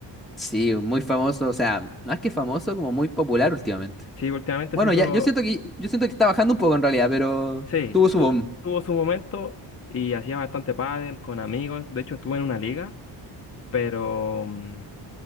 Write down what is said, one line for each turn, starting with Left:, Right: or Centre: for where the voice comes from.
Centre: Sí, muy famoso, o sea, más que famoso, como muy popular últimamente.
Left: Sí, últimamente
Centre: Bueno,
Left: se hizo,
Centre: ya, yo siento que, yo siento que está bajando un poco en realidad, pero
Left: sí,
Centre: tuvo su
Left: tuvo,
Centre: boom.
Left: tuvo su momento y hacía bastante pádel con amigos. De hecho, estuve en una liga, pero... mm,